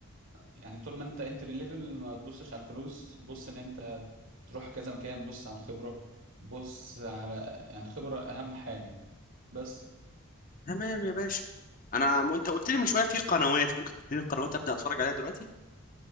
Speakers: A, on the right; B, on the left.
A: يعني طول ما انت انتر ليفل ما تبصش على الفلوس بص ان انت تروح كذا مكان بص على الخبرة بص على يعني خبرة اهم حاجة بس
B: تمام يا باشا انا م- انت قلت لي من شويه في قنوات ممكن تديني القنوات ابدا اتفرج عليها دلوقتي